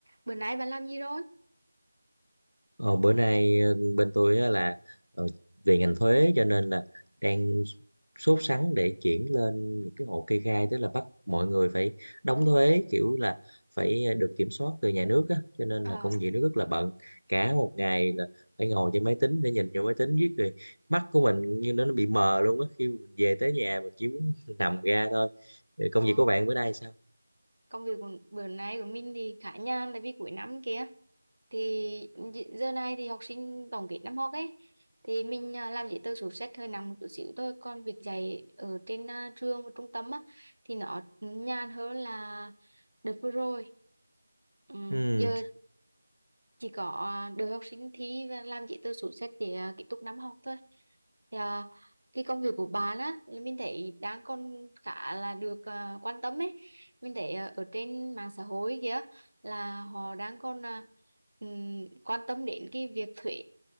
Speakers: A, on the right; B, on the left.
A: Bữa nay bạn làm gì rồi?
B: Ờ, bữa nay ờ, bên tôi á là ờ, về ngành thuế cho nên là đang sốt sắng để chuyển lên những cái hộ kê khai tức là bắt mọi người phải đóng thuế kiểu là phải ờ, được kiểm soát từ nhà nước á cho nên
A: À,
B: là công việc nó rất là bận cả một ngày là phải ngồi trên máy tính để nhìn vô máy tính viết rồi mắt của mình như nó nó bị mờ luôn á khi mình về tới nhà mình chỉ muốn <laughs> nằm ra thôi Ờ, công
A: ờ,
B: việc của bạn bữa nay sao?
A: công việc của bữa nay của mình thì khá nhàn tại vì cuối năm kia thì gi- giờ này thì học sinh tổng kết năm học ấy thì mình à, làm giấy tờ sổ sách hơi nặng một chút xíu thôi còn việc dạy ở trên à, trường và trung tâm á thì nó nhàn hơn là đợt vừa rồi ừ.
B: Ừ.
A: giờ chỉ có à, đưa học sinh thi và làm giấy tờ sổ sách để à, kết thúc năm học thôi thì à, cái công việc của bà á là mình thấy đang còn khá là được à, quan tâm ấy mình thấy à, ở trên mạng xã hội kia là họ đang còn à, ừm, quan tâm đến cái việc thuế